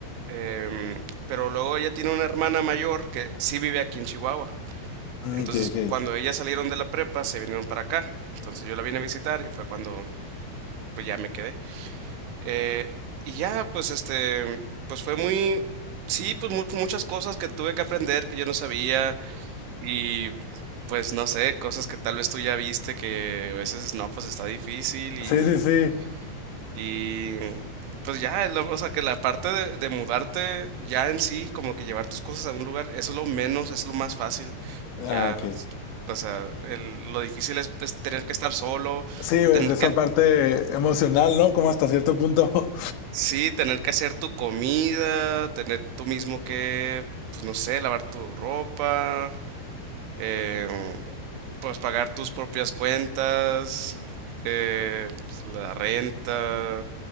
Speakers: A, on the right; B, on the left.
A: Em, pero luego ella tiene una hermana mayor que sí vive aquí en Chihuahua.
B: Mm,
A: Entonces,
B: ok, ok.
A: cuando ellas salieron de la prepa, se vinieron para acá. Entonces yo la vine a visitar y fue cuando pues ya me quedé. Eh, y ya, pues este, pues fue muy, sí, pues mu- muchas cosas que tuve que aprender que yo no sabía y pues no sé, cosas que tal vez tú ya viste que a veces no, pues está difícil y
B: Sí, sí, sí.
A: y pues ya, lo- o sea, que la parte de, de mudarte ya en sí, como que llevar tus cosas a un lugar, eso es lo menos, es lo más fácil.
B: Ah,
A: Ya,
B: ok.
A: o sea, el- lo difícil es, pues, tener que estar solo,
B: Sí, pues
A: tener
B: esa
A: que,
B: parte emocional, ¿no? Como hasta cierto punto.
A: sí, tener que hacer tu comida, tener tú mismo que, pues no sé, lavar tu ropa, eh, pues pagar tus propias cuentas, eh, pues, la renta.